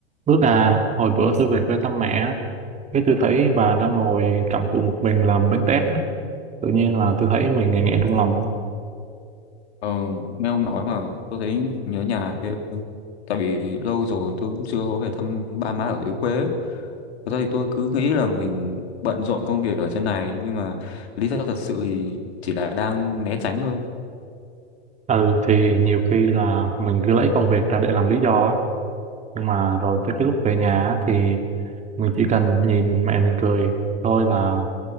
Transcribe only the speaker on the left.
Ờ, nghe ông nói mà tôi thấy nhớ nhà ghê. Tại vì lâu rồi tôi cũng chưa có về thăm ba má ở dưới quê ấy. Thật ra thì tôi cứ nghĩ là mình bận rộn công việc ở trên này nhưng mà lý do thật sự thì chỉ là đang né tránh thôi.